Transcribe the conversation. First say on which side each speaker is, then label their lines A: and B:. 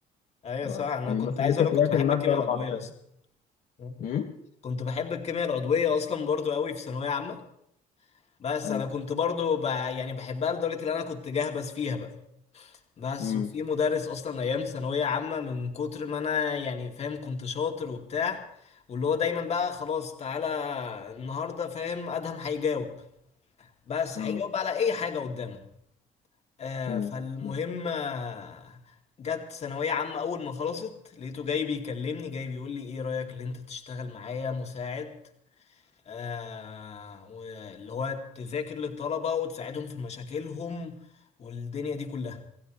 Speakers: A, on the left; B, on the left.
A: ايوه
B: بقى-
A: صح انا
B: يعني
A: كنت
B: مثلا
A: عايز
B: ممكن
A: اقول
B: تلاقي
A: لك كنت بحب
B: في المادة
A: الكيمياء
B: أربع
A: العضوية
B: دكاترة
A: اصلا مم.
B: امم
A: كنت بحب الكيمياء العضوية أصلا برضو قوي في ثانوية عامة بس
B: أيوه
A: أنا كنت برضو ب... يعني بحبها لدرجة إن أنا كنت جهبذ فيها بقى بس
B: امم
A: وفي مدرس أصلا أيام ثانوية عامة من كتر ما أنا يعني فاهم كنت شاطر وبتاع واللي هو دايما بقى خلاص تعالى النهاردة فاهم أدهم هيجاوب بس
B: أه
A: هيجاوب على أي حاجة قدامه آه
B: امم
A: فالمهم
B: أمم.
A: آه، جت ثانوية عامة أول ما خلصت لقيته جاي بيكلمني جاي بيقول لي إيه رأيك اللي أنت تشتغل معايا مساعد آه واللي هو تذاكر للطلبة وتساعدهم في مشاكلهم والدنيا دي كلها